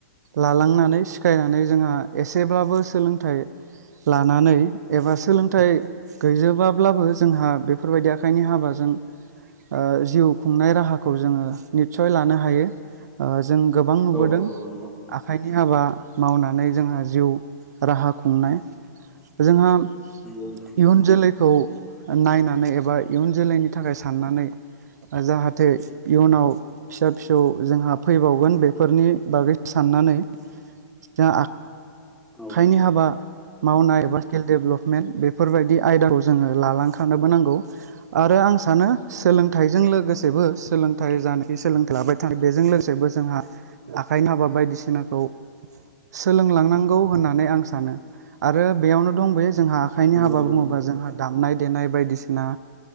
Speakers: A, on the right; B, in the centre.
A: लालांनानै सिखायनानै जोंहा एसेब्लाबो सोलोंथाइ लानानै एबा सोलोंथाइ गैजोबाब्लाबो जोंहा बे बेफोरबायदि आखाइनि हाबाजों ओ जिउ खुंनाय राहाखौ जोङो निसय लानो हायो। जों गोबां नुबोदों
B: औ नंगौ नंगौ
A: आखाइनि हाबा मावनानै जोंहा जिउ राहा खुंनाय जोंहा
B: नंगौ नोंथां
A: इयुन जोलैखौ नायनानै एबा इयुन जोलैनि थाखाय साननानै जाहाथे इयुनाव फिसा फिसौ जोंहा फैबावगोन बेफोरनि बागै साननानै जोंहा
B: औ नंगौ
A: आखाइनि हाबा मावनाय एबा स्किल डेभेलपमेन्ट बेफोरबायदि आयदाखौ जोङो लालांखानोबो नांगौ आरो आं सानो। सोलोंथाइजों लोगोसेबो सोलोंथाइ जानाय सोलोंथाइ लाबाय थानाय बेजों लोगोसेबो जोंहा आखाइ हाबा बायदिसिनाखौ सोलोंलांनांगौ होननानै आं सानो आरो बेयावनो दं बेयो जोंहा आखाइनि
B: नंगौ
A: हाबा
B: नंगौ
A: बुङोबा जोंहा दामनाय देनाय बायदिसिना